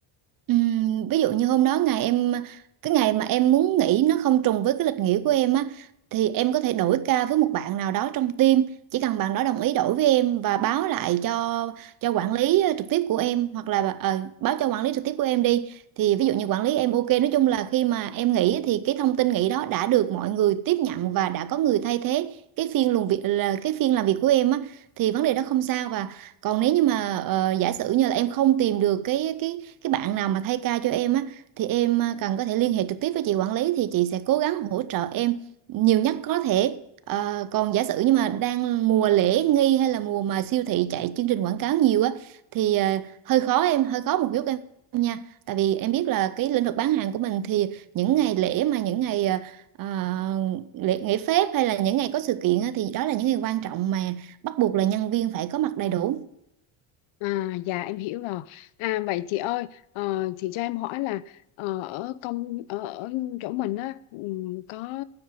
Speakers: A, on the right (about 45°); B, on the left (about 75°).
A: Ừm, ví dụ như hôm đó ngày em cái ngày mà em muốn nghỉ nó không trùng với cái lịch nghỉ của em á thì em có thể đổi ca với một bạn nào đó trong team chỉ cần bạn đó đồng ý đổi với em và báo lại cho cho quản lý ờ, trực tiếp của em hoặc là ờ, báo cho quản lý trực tiếp của em đi thì ví dụ như quản lý em ok nói chung là khi mà em nghỉ thì cái thông tin nghỉ đó đã được mọi người tiếp nhận và đã có người thay thế cái phiên làm việc là cái phiên làm việc của em á thì vấn đề đó không sao và còn nếu như mà ờ, giả sử như là em không tìm được cái cái cái bạn nào mà thay ca cho em á thì em à, cần có thể liên hệ trực tiếp với chị quản lý thì chị sẽ cố gắng hỗ trợ em nhiều nhất có thể Ờ, còn giả sử như mà đang mùa lễ nghi hay là mùa mà siêu thị chạy chương trình quảng cáo nhiều á thì ờ, hơi khó em hơi khó một chút em nha tại vì em biết là cái lĩnh vực bán hàng của mình thì những ngày lễ mà những ngày ờ, ờ, lễ nghỉ phép hay là những ngày có sự kiện á, thì đó là những ngày quan trọng mà bắt buộc là nhân viên phải có mặt đầy đủ
B: À, dạ em hiểu rồi. À vậy chị ơi, ờ, chị cho em hỏi là ờ, ở công ở, ở chỗ mình á ừm, có